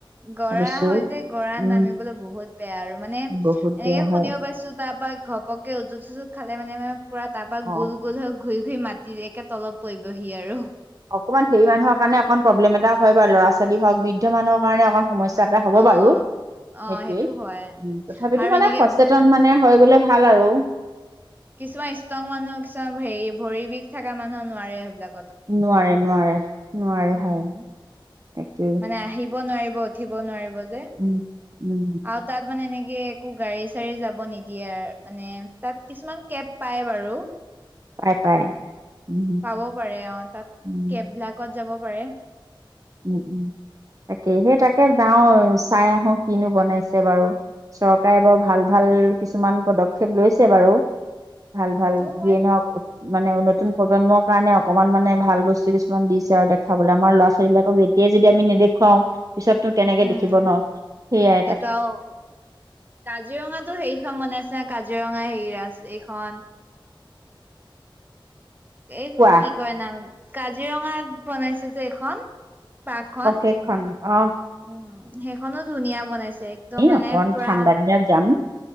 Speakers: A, on the right (about 20°); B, on the right (about 40°).
A: গৰা
B: ভাবিছো
A: হয় যে, গৰাত
B: উম
A: নামিবলৈ বহুত বেয়া আৰু। মানে,
B: বহুত
A: এনেকে
B: বেয়া
A: শুনিব
B: হয়
A: পাইছোঁ, তাৰ পৰা ঘপকে উজুত-চজুত খালে মানে পুৰা তাৰ পৰা
B: অ
A: গোল গোল হৈ ঘূৰি সি মাটিৰ, একে তলত পৰিবহি আৰু।
B: অকণমান হেৰি মানুহ কাৰণ অকণ প্ৰব্লেম এটা হয় বাৰু। ল'ৰা-ছোৱালী হওঁক, বৃদ্ধ মানুৰ কাৰণে অকণ সমস্যা এটা হ'ব
A: অ
B: বাৰু। সেইটোৱেই,
A: অ সেইটো হয়
B: উম, তথাপিতো
A: আৰু
B: মানে
A: এনেকে
B: সচেতন মানে হৈ গ'লে ভাল আৰু।
A: কিছুমান ষ্ট্ৰং মানুহ, কিছুমান হেৰি ভৰিৰ বিষ থকা মানুহ নোৱাৰে সেই
B: নোৱাৰে নোৱাৰে, নোৱাৰে,
A: উম
B: হয়। তাকেই।
A: মানে আহিব নোৱাৰি ব উঠিব নোৱাৰিব। যে।
B: উম, উম।
A: আৰু তাত মানে এনে কে একো গাড়ী-চাড়ী যাব নিদিয়ে। মানে, তাত কিছুমান কেব পায় বাৰু।
B: পাই পাই। উম,
A: পাব পাৰে। অহ তাত,
B: উম,
A: কেব বিলাকত যাব পাৰে।
B: উম উম, তাকেই। ‌ সেই তাকে যাওঁ, চাই আহোঁ কিনো বনাইছে বাৰু। চৰকাৰে বাৰু ভাল ভাল কিছুমান পদক্ষেপ লৈছে বাৰু। ভাল
A: সেইটো
B: ভাল।
A: হয়
B: যিয়ে নহওক উত, মানে উন্নত নতুন প্ৰজন্মৰ কাৰণে অকনমান মানে ভাল বস্তু কিছ ছোমান দিছে আৰু দেখাবলৈ। আমাৰ ল'ৰা-ছোৱালীবলাক কোক এতিয়াই যদি আমি নেদেখুৱাও কেনেকে
A: উম,
B: দেখিব ন। সেইয়াই তাক
A: সেইটো আৰু, কাজিৰঙাত তো সেইখন বনাই আছে, কাজিৰঙা হেৰি আছ, এইখন এইখন
B: কোৱা
A: কি কয় নাম কাজিৰঙাত বনাইছে যে এইখন পাৰ্কখন
B: অ' সেইখন অ'।
A: উম। সেইখনো ধুনীয়া বনাইছে। একদম
B: এ
A: মানে
B: অকন
A: পুৰা
B: ঠাণ্ডা দিনত যাম।